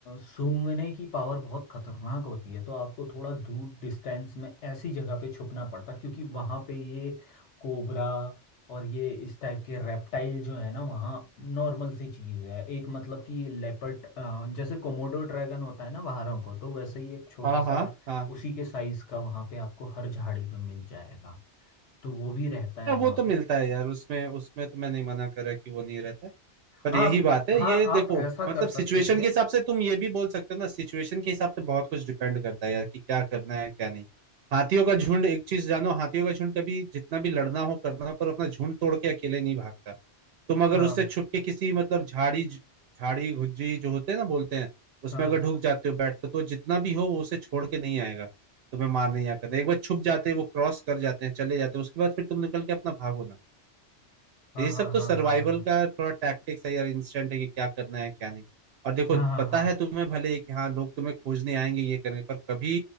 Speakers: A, on the left (about 75°); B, on the right (about 65°).
A: सूंघने की पावर बहुत खतरनाक होती है तो आपको थोड़ा दूर डिस्टेंस में ऐसी जगह पे छुपना पड़ता क्योंकि वहां पे ये कोबरा और ये इस टाइप के रेप्टाइल जो है ना वहाँ नॉर्मल सी चीज़ है एक मतलब कि लेपर्ड जैसे कोमोडो ड्रैगन होता है ना बाहरों को तो वैसे ही एक छोटा
B: हाँ
A: सा
B: हाँ हाँ
A: उसी के साइज का वहाँ पे आपको हर झाड़ी पे मिल जाएगा तो वो भी रहता
B: हाँ,
A: है
B: वो
A: वहाँ
B: तो मिलता
A: पे
B: है यार उसमें उसमें तो मैं नहीं मना कर रहा कि वो नहीं रहता है पर
A: हाँ
B: यही बात है
A: हाँ
B: ये देखो
A: आप ऐसा
B: मतलब
A: कर
B: सिचुएशन
A: सकते थे
B: के हिसाब से तुम ये भी बोल सकते हो ना सिचुएशन के हिसाब से बहुत कुछ डिपेंड करता है यार कि क्या करना है क्या नहीं हाथियों का झुंड एक चीज जानो हाथियों का झुंड कभी जितना भी लड़ना हो करना हो पर अपना झुंड तोड़ के अकेले नहीं भागता तुम अगर
A: हाँ
B: उससे छुप के किसी मतलब झाड़ी झाड़ी गुज्जी जो होते हैं ना बोलते हैं उसमें
A: हाँ
B: अगर ढुक जाते हो बैठते हो तो जितना भी हो वो उसे छोड़ के नहीं आएगा तुम्हें मारने या करने एक बार छुप जाते हैं वो क्रॉस कर जाते हैं चले जाते हैं उसके बाद फिर तुम निकल के अपना भागो ना
A: हाँ
B: ये सब
A: हाँ
B: तो
A: हाँ
B: सर्वाइवल
A: हाँ हाँ हाँ
B: का थोड़ा टैक्टिक्स है यार इंस्टेंट है कि क्या करना है क्या नहीं और देखो
A: हाँ हाँ
B: पता
A: हाँ हाँ।
B: है तुम्हें भले कि हाँ लोग तुम्हें खोजने आएंगे ये करने पर कभी